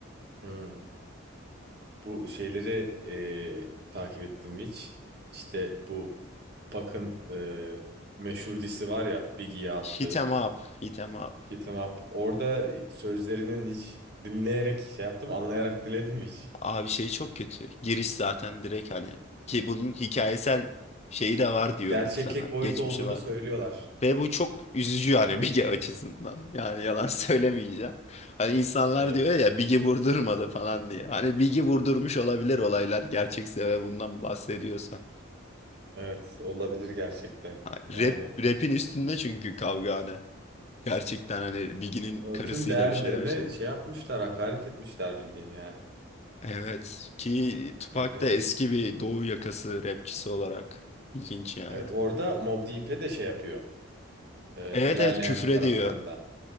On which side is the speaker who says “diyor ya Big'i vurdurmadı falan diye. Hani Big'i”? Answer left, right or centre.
Left